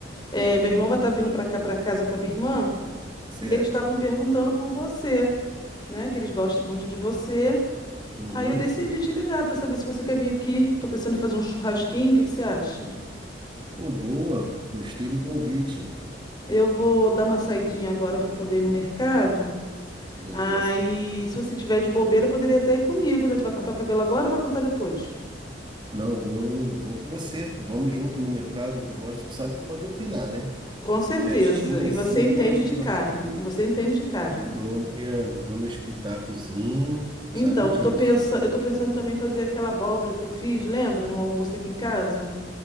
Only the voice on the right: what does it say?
Hum,
certo.
Uhum.
Pô, boa. Gostei do convite.
Beleza.
Não, vou, não, vou com você. Vamos junto no mercado que eu gosto. Tu sabe que eu gosto de opinar, né?
Festinha
assim,
eu gosto.
de.
Eu vou- dou minha, dou meu pitacozinho, sabe
disso.